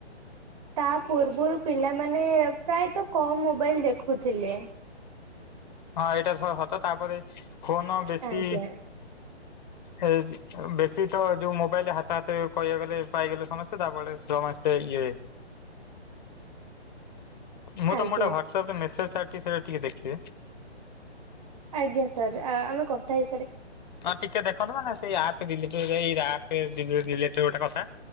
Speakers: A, on the right; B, on the left.
A: ତା ପୂର୍ବରୁ ପିଲାମାନେ ପ୍ରାୟତଃ କମ୍ ମୋବାଇଲ ଦେଖୁଥିଲେ।
B: ହଁ ଏଇଟା <unintelligible> ସତ ତାପରେ ଫୋନ ବେଶୀ
A: ଆଜ୍ଞା
B: ଏ ବେଶୀ ତ ଯୋଉ ମୋବାଇଲ ହାତ ହାତ କହିବାକୁ ଗଲେ ପାଇଗଲେ ସମସ୍ତେ। ତାପରେ ସମସ୍ତେ ଇଏ ମୁଁ
A: ଆଜ୍ଞା
B: ତମ <unintelligible> ଗୋଟେ ହ୍ୱାଟ୍ସଆପ ରେ ମେସେଜ୍ ଛାଡିଛି ସେଇଟା ଟିକେ ଦେଖିବେ।
A: ଆଜ୍ଞା ସାର୍ ଆମେ କଥା ହେଇ
B: ହଁ ଟିକେ ଦେଖନ୍ତୁ ମାନେ ସେଇ ଆପ୍ <unintelligible> ଆପ୍ ଡି ରିଲେଟରେ ଗୋଟେ କଥା